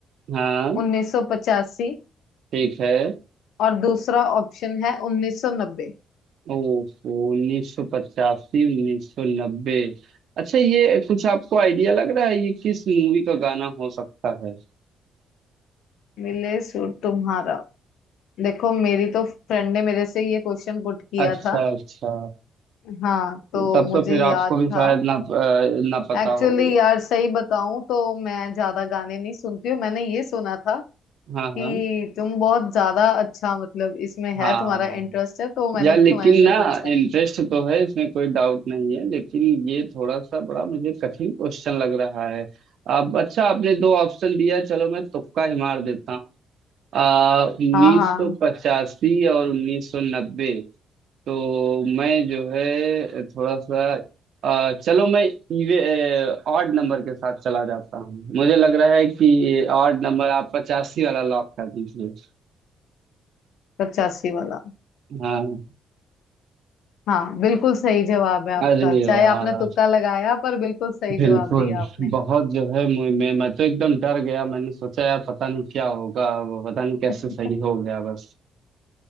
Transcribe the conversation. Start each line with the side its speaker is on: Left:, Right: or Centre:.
Right: हाँ
Left: 1985
Right: ठीक है
Left: और दूसरा ऑप्शन है 1990
Right: ओहो उन्नीस सौ पचासी उन्नीस सौ नब्बे अच्छा ये कुछ आपको आइडिया लग रहा है ये किस मूवी का गाना हो सकता है
Left: मिले सूट तुम्हारा देखो मेरी तो फ्रेंड ने मेरे से ये क्वेश्चन पुट किया
Right: अच्छा
Left: था
Right: अच्छा
Left: हाँ तो
Right: तब
Left: मुझे
Right: तो फिर
Left: याद
Right: आपको भी शायद
Left: था
Right: ना अ, ना पता
Left: एक्चुअली
Right: हो
Left: यार सही बताऊं तो मैं ज्यादा गाने नहीं सुनती हूँ मैंने ये सुना था
Right: हाँ
Left: कि
Right: हाँ
Left: तुम बहुत ज्यादा अच्छा मतलब इसमें
Right: हाँ
Left: है तुम्हारा इंटरेस्ट है तो मैंने
Right: यार लेकिन
Left: तुम्हारे से
Right: ना
Left: पूछा
Right: इंटरेस्ट तो है इसमें कोई डाउट नहीं है लेकिन ये थोड़ा सा बड़ा मुझे कठिन क्वेश्चन लग रहा है अब अच्छा आपने दो ऑप्शन दिया चलो मैं तुक्का ही मार देता हूँ आ उन्नीस
Left: हाँ हाँ
Right: सौ पचासी और उन्नीस सौ नब्बे तो मैं जो है थोड़ा सा अ, चलो मैं इवे ऑड नंबर के साथ चला जाता हूँ मुझे लग रहा है कि ये ऑड नंबर आप पचासी वाला लॉक कर दीजिए
Left: पचासी वाला
Right: हाँ
Left: हाँ बिल्कुल सही जवाब है आपका
Right: अरे
Left: चाहे
Right: वाह
Left: आपने तुक्का लगाया पर बिल्कुल सही
Right: बिल्कुल
Left: जवाब दिया आपने
Right: बहुत जो है मुझ में मैं तो एकदम डर गया मैंने सोचा यार पता नहीं क्या होगा वो पता नहीं कैसे
Left: <laughs>
Right: सही हो गया बस